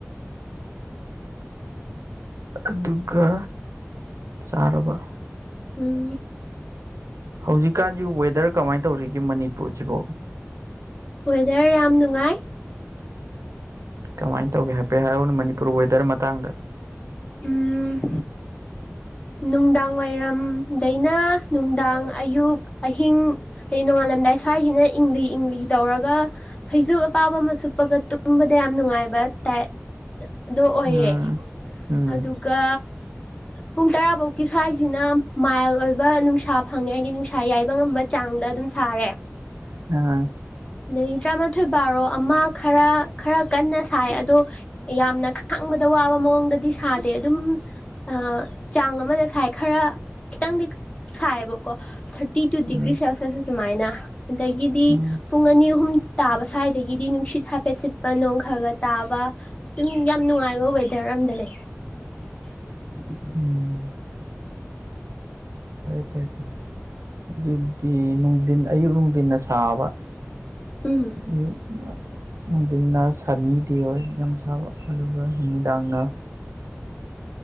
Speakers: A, on the right; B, on the left.
A: <inaudible> ꯑꯗꯨꯒ ꯆꯥꯔꯕ꯫
B: ꯎꯝ
A: ꯍꯧꯖꯤꯛꯀꯥꯟꯗꯤ ꯋꯦꯗꯔ ꯀꯃꯥꯏꯅ ꯇꯧꯔꯤꯒꯦ ꯃꯅꯤꯄꯨꯔꯁꯤꯕꯣ꯫
B: ꯋꯦꯗꯔ ꯌꯥꯝ ꯅꯨꯡꯉꯥꯏ꯫
A: ꯀꯃꯥꯏꯅ ꯇꯧꯒꯦ ꯍꯥꯏꯐꯦꯠ ꯍꯥꯏꯔꯣꯅ ꯃꯅꯤꯄꯨꯔ ꯋꯦꯗꯔ ꯃꯇꯥꯡꯗ꯫ <inaudible>
B: ꯎꯝ ꯅꯨꯡꯗꯥꯡ ꯋꯥꯏꯔꯝꯗꯩꯅ ꯅꯨꯡꯗꯥꯡ ꯑꯌꯨꯛ ꯑꯍꯤꯡ ꯍꯥꯏꯗꯤ ꯅꯣꯡꯉꯥꯜꯂꯝꯗꯥꯏ ꯁ꯭ꯋꯥꯏꯒꯤꯅ ꯏꯪꯂꯤ ꯏꯪꯂꯤ ꯇꯧꯔꯒ ꯐꯩꯖꯨ ꯑꯄꯥꯕ ꯑꯃ ꯁꯨꯞꯄꯒ ꯇꯨꯝꯕꯗ ꯌꯥꯝ ꯅꯨꯡꯉꯥꯏꯕ ꯇꯥꯏ ꯑꯗꫭ ꯑꯣꯏꯔꯦ꯫
A: ꯎꯝ ꯎꯝ
B: ꯑꯗꯨꯒ ꯄꯨꯡ ꯇꯔꯥꯐꯧꯀꯤ ꯁ꯭ꯋꯥꯏꯁꯤꯅ ꯃꯥꯏꯜ ꯑꯣꯏꯕ ꯅꯨꯡꯁꯥ ꯐꯪꯉꯦ ꯍꯥꯏꯗꯤ ꯅꯨꯡꯁꯥ ꯌꯥꯏꯕ ꯉꯝꯕ ꯆꯥꯡꯗ ꯑꯗꯨꯝ ꯁꯥꯔꯦ꯫
A: <unintelligible>
B: ꯗꯩ ꯇꯔꯥꯃꯥꯊꯣꯏ ꯕꯥꯔꯣ ꯑꯃ ꯈꯔ ꯈꯔ ꯀꯟꯅ ꯁꯥꯏ ꯑꯗꯣ ꯌꯥꯝꯅ ꯈꯥꯡꯕꯗ ꯋꯥꯕ ꯃꯑꯣꯡꯗꯗꯤ ꯁꯥꯗꯦ ꯑꯗꯨꯝ ꯑ ꯆꯥꯡ ꯑꯃꯗ ꯁꯥꯏ ꯈꯔ ꯈꯤꯇꯪꯗꯤ ꯁꯥꯏꯌꯦꯕꯀꯣ thirty two degree
A: um
B: Celsius ꯑꯗꯨꯃꯥꯏꯅ ꯑꯗꯒꯤꯗꯤ
A: ꯎꯝ
B: ꯄꯨꯡ ꯑꯅꯤ ꯑꯍꯨꯝ ꯇꯥꯕ ꯁ꯭ꯋꯥꯏꯗꯒꯤꯗꯤ ꯅꯨꯡꯁꯤꯠ ꯍꯥꯏꯐꯦꯠ ꯁꯤꯠꯄ ꯅꯣꯡ ꯈꯔ ꯈ ꯇꯥꯕ ꯗꯨꯝ ꯌꯥꯝ ꯅꯨꯡꯉꯥꯏꯕ ꯋꯦꯗꯔ ꯑꯝꯗ ꯂꯩ꯫ <unintelligible>
A: ꯎꯝ ꯐꯔꯦ ꯐꯔꯦ ꯐꯔꯦ꯫ ꯑꯗꯨꯗꯤ ꯅꯨꯡ ꯗꯤꯟ ꯑꯌꯨꯛ ꯅꯨꯡꯊꯤꯟꯅ ꯁꯥꯕ
B: ꯎꯝ
A: ꯑꯌꯨꯛ ꯅꯨꯡꯊꯤꯟꯅ ꯁꯅꯤ ꯗꯦ ꯑꯣꯏ ꯌꯥꯝ ꯁꯥꯕ ꯑꯗꯨꯒ ꯅꯨꯃꯤꯗꯥꯡꯅ